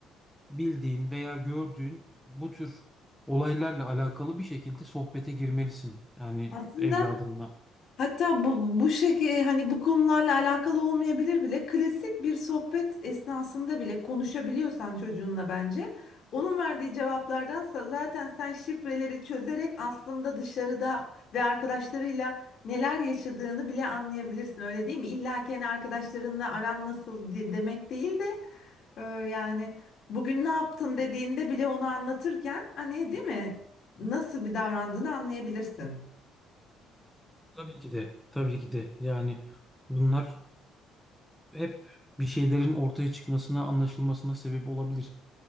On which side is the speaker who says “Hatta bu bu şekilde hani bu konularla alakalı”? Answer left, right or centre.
Left